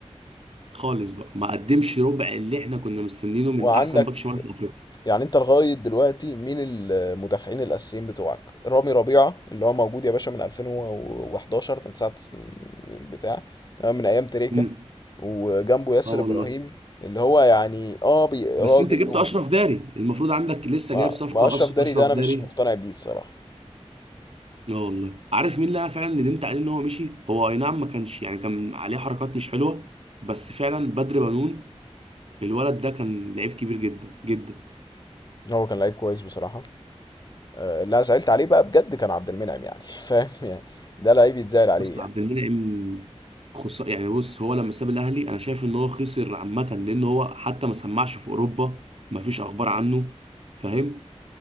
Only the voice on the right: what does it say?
خالص بقى ما قدمش ربع اللي احنا كنا مستنينه من
احسن باك شمال في افريقيا
امم
اه والله
بس
انت جبت اشرف داري المفروض عندك لسه
جايب صفقه
أش-
اشرف
داري
لا والله عارف مين اللي انا فعلا ندمت عليه ان هو مشي هو اي نعم ما كانش يعني كان عليه حركات مش حلوه بس فعلا بدر بنون الولد ده كان لعيب كبير جدا جدا
بص عبد
المنعم خص... يعني بص هو لما ساب الاهلي انا شايف ان هو خسر عامه لان هو حتى ما سمعش في اوروبا ما فيش اخبار عنه فاهم